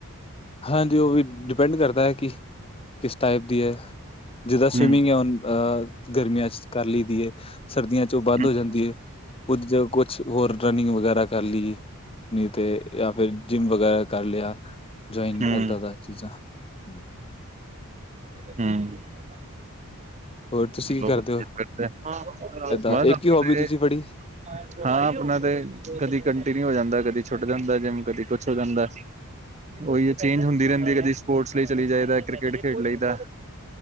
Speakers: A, on the left; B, on the right.
A: ਹਾਂਜੀ ਉਹ ਵੀ ਡਿਪੈਂਡ ਕਰਦਾ ਹੈ ਕਿ ਕਿਸ ਟਾਈਪ ਦੀ ਹੈ ਜਿੱਦਾਂ ਸਵੀਮਿੰਗ
B: ਹਮ
A: ਹੈ ਹੁਣ ਅਹ ਗਰਮੀਆਂ ਚ ਕਰ ਲਈਦੀ ਹੈ । ਸਰਦੀਆਂ ਚ ਉਹ ਬੰਦ
B: ਹਮ
A: ਹੋ ਜਾਂਦੀ ਹੈ । ਕੁਝ ਕੁਝ ਹੋਰ ਰਨਿੰਗ ਵਗੈਰਾ । ਕਰ ਲਈ ਨਹੀ ਤੇ ਜਾਂ ਫਿਰ ਜਿੰਮ ਵਗੈਰਾ ਕਰ ਲਿਆ । ਜਾ ਇਨ
B: ਹਮ
A: ਐਦਾਂ ਦਾ ਚੀਜ਼ਾਂ ।
B: ਹਮ । <unintelligible>
A: ਹੋਰ ਤੁਸੀਂ ਕੀ ਕਰਦੇ ਹੋ ਏਦਾਂ ਇੱਕ ਹੀ ਹੋਬੀ ਤੁਸੀਂ ਫੜੀ
B: ਹਾਂ ਆਪਣਾ ਤੇ ਕਦੀ ਕੰਟੀਨਿਊ ਹੋ ਜਾਂਦਾ ਕਦੀ ਛੁੱਟ । ਜਾਂਦਾ ਜਿਮ ਕਦੇ ਕੁਝ ਹੋ ਜਾਂਦਾ । ਉਹੀ ਚੇਂਜ ਹੁੰਦੀ ਰਹਿੰਦੀ ਹੈ ਕਦੀ ਸਪੋਰਟਸ ਲਈ । ਚਲੀ ਜਾਈਦਾ ਕ੍ਰਿਕਟ ਖੇਡ ਲਈ ਦਾ।